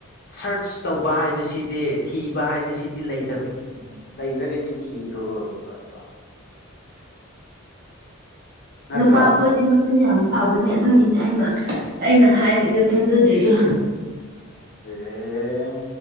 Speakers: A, on the left (about 45°); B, on the right (about 50°).
A: ꯁꯔꯆ ꯇꯧꯕ ꯍꯥꯏꯕꯁꯤꯗꯤ ꯊꯤꯕ ꯍꯥꯏꯕꯁꯤꯗꯤ ꯂꯩꯇꯕ ꯂꯩꯔꯒꯗꯤ ꯊꯤꯔꯨꯔꯣꯏꯕ ꯑꯗꯣ ꯅꯠꯇ꯭ꯔꯣ
B: ꯅꯨꯄꯥ ꯑꯩꯈꯣꯏꯗꯤ ꯃꯆꯤꯟ ꯌꯥꯝ ꯐꯕꯅꯦ ꯑꯗꯨꯒꯤꯅꯤ ꯑꯩꯅ ꯑꯩꯅ ꯍꯥꯏꯔꯤꯗ ꯈꯥꯖꯗ꯭ꯔꯤꯗꯣ
A: ꯑꯦ